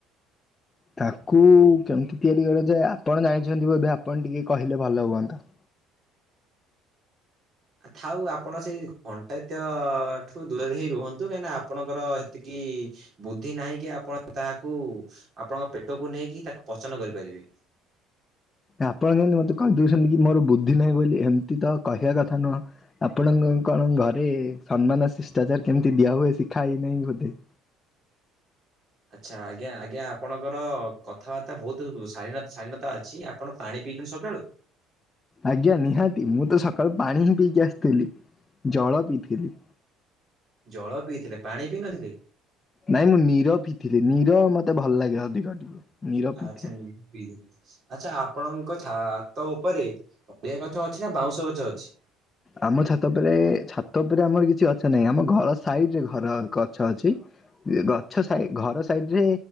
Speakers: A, on the left; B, on the right.
A: ତାଙ୍କୁ କେମିତି ତିଆରି କରାଯାଏ ଆପଣ ଜାଣିଚନ୍ତି ବୋଧେ ଆପଣ ଟିକେ କହିଲେ ଭଲ ହୁଅନ୍ତା।
B: ଥାଉ ଆପଣ ସେଇ ଘଣ୍ଟା ଯାତୀୟ ଠୁ ଦୂରରେ ହେଇ ରୁହନ୍ତୁ କାହିଁକି ନା ଆପଣଙ୍କର ସେତିକି ବୁଦ୍ଧି ନାହିଁକି ଆପଣ ତାହାକୁ ଆପଣଙ୍କ ପେଟକୁ ନେଇକି ତାକୁ ପଚନ କରିପାରିବେ।
A: ଆପଣ କେମତି ମତେ କହି ଦଉଚନ୍ତି କି ମୋର ବୁଦ୍ଧି ନାହିଁ ବୋଲି ଏମିତି ତ କହିବା କଥା ନୁହଁ। ଆପଣଙ୍କ କଣ ଘରେ ସମ୍ମାନ ଶିଷ୍ଟାଚାର କେମିତି ଦିଆ ହୁଏ ଶିଖା ହେଇନାହିଁ ବୋଧେ।
B: ଆଚ୍ଛା ଆଜ୍ଞା ଆଜ୍ଞା ଆପଣଙ୍କର କଥାବାର୍ତ୍ତା ବହୁତ୍ ଶାଳୀନତ ଶାଳୀନତା ଅଛି ଆପଣ ପାଣି ପିଚନ୍ତି ସକାଳୁ।
A: ଆଜ୍ଞା ନିହାତି ମୁଁ ତ ସକାଳୁ ପାଣି ହିଁ ପିଇକି ଆସିଥିଲି ଜଳ ପିଇଥିଲି।
B: ଜଳ ପିଇଥିଲେ ପାଣି ପିଇ ନଥିଲେ।
A: ନାଇଁ ମୁଁ ନିର ପିଥିଲି ନିର ମତେ ଭଲ ଲାଗେ ଅଧିକ ଟିକେ। ନୀର ପିଇଥିଲି।
B: ଆଛା ନିର ପିଥିଲେ। ଆଚ୍ଛା ଆପଣଙ୍କ ଛାତ ଉପରେ ପପେଆ ଗଛ ଅଛି ନା ବାଉଁଶ ଗଛ ଅଛି।
A: ଆମ ଛାତ ଉପରେ ଛାତ ଉପରେ ଆମର କିଛି ଗଛ ନାହିଁ ଆମ ଘର ସାଇଡ୍‌ରେ ଘର ଗଛ ଅଛି। ଗଛ ସାଇ ଘର ସାଇଡ୍‌ ରେ